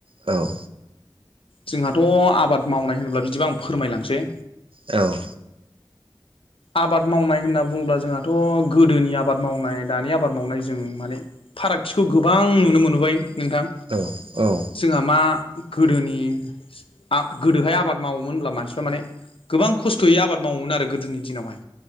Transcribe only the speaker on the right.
औ
औ
औ औ